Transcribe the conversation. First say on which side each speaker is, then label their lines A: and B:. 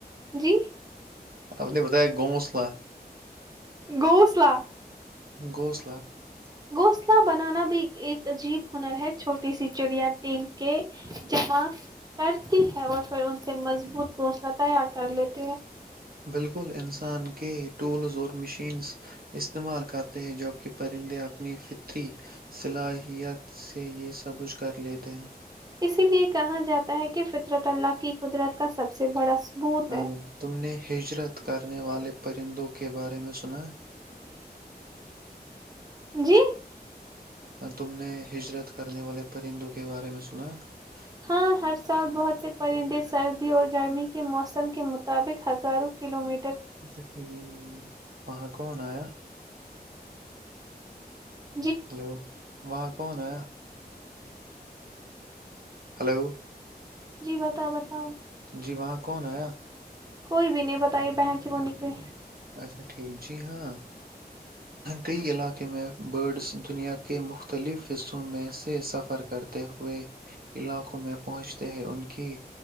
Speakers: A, on the right; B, on the right.
A: جی <unintelligible>
B: آپ نے بتایا گھونسلا <unintelligible>
A: گوسلہ <unintelligible>
B: گھوسلہ <unintelligible>
A: گھونسلہ بنانا بھی ایک عجیب ہنر ہے چھوٹی سی چڑیا ٹیم کے جمع کرتی ہے اور پھر ان سے مضبوط گھونسلہ تیار کر لیتے ہیں <unintelligible>
B: بالکل انسان کے ٹولز اور مشینز استعمال کرتے ہیں جبکہ پرندے اپنی فطری صلاحیت سے یہ سبچھ کر لیتے ہیں <unintelligible>
A: اسی لیے کہا جاتا ہے کہ فطرت اللہ کی قدرت کا سب سے <unintelligible> ثبوت
B: ہ
A: ہے
B: تم نے ہجرت کرنے والے <unintelligible> پرند <inaudible> کے بارے میں سنایں <unintelligible>
A: جی <inaudible>
B: تم نے ہجرت کرنے والے پرندوں کے بارے میں سنا <unintelligible>
A: ہاں ہر سال بہت سے پرندے سردی اور گرمی کے موسم کے مطابق ہزاروں کلو میٹر <unintelligible>
B: اچھا ٹھیک وہاں کون آیا <unintelligible>
A: ا <inaudible>
B: ہلو وہاں کون آ <unintelligible> ہلو
A: جی بتاؤ بتاؤ
B: جی وہاں کون آیا
A: کوئی بھی نہیں بتائی بہن ت ہی وہ نکلی
B: اچھا ٹھیک جی ہاں کئی علاقے میں برڈس دنیا کے مختلف حصوں میں سے سفر کرتے ہوئے علاقوں میں پہنچ ہیں ان کی